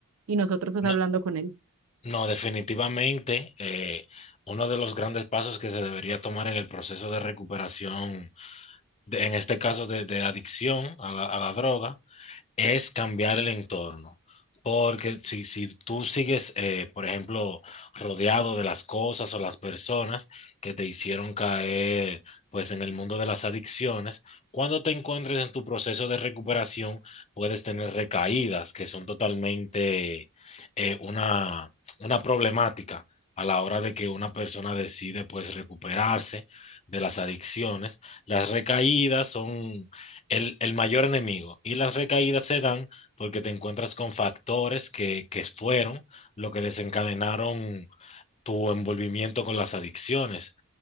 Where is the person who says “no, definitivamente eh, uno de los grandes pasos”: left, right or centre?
Left